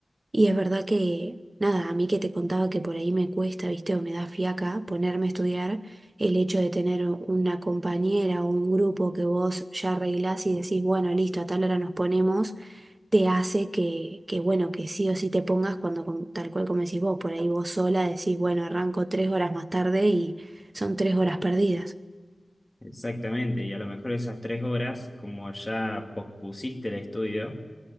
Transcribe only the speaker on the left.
<laughs> Exactamente, y a lo mejor esas tres horas, como ya pospusiste el estudio,